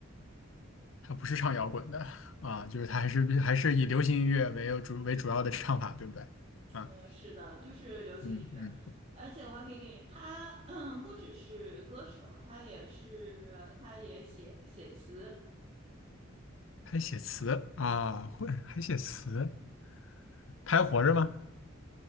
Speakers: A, on the left (about 70°); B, on the right (about 30°).
A: 他不是唱摇滚的啊，
B: 嗯
A: 就是他还是还是以流行音乐为主为主要的唱法，对不对？啊，
B: 呃，是的，就是流行音乐。
A: 嗯嗯，
B: 而且我还可以给你，他嗯 <clears throat> 不只是歌手，他也是，他也写写词，
A: 还写词啊，会还写词，他还活着吗？